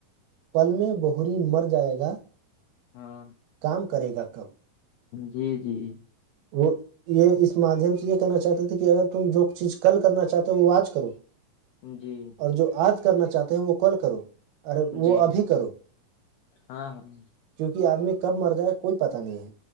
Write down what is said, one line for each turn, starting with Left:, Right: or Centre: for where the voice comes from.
Right: پل میں بہری مر جائے گا
Left: ہاں
Right: کام کرے گا کب
Left: جی جی
Right: وہ یہ اس مادھیم سے یہ کہنا چاہتا تھے کہ اگر تم جو چیز کل کرنا چاہتے ہو وہ آج کرو
Left: جی
Right: اور جو آج کرنا چاہتے ہیں وہ کل کرو ارے
Left: جی
Right: وہ ابھی کرو
Left: ہاں ہاں
Right: کیونکہ آدمی کب مر جائے کوئی پتاہ نہیں ہے